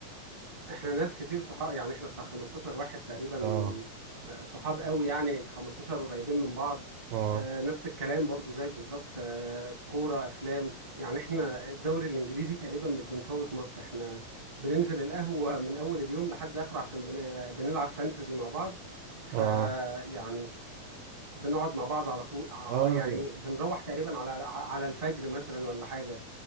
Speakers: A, on the right; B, on the right.
A: احنا ناس كتير صحاب يعني احنا بتاع 15 واحد تقريبا
B: اه
A: آه، صحاب قوي يعني ال 15 قريبين من بعض
B: اه
A: آه، نفس الكلام برضو زيك بالظبط آه، كورة أفلام يعني احنا الدوري الإنجليزي تقريبا مش بنفوت ماتش احنا بننزل القهوة من أول اليوم لحد آخره عشان بن- آه، بنلعب فانتزي مع بعض فيعني
B: اه
A: بنقعد مع بعض على طول على
B: اه
A: يعني
B: ايوه
A: بنروح تقريبا على على الفجر مثلا ولا حاجة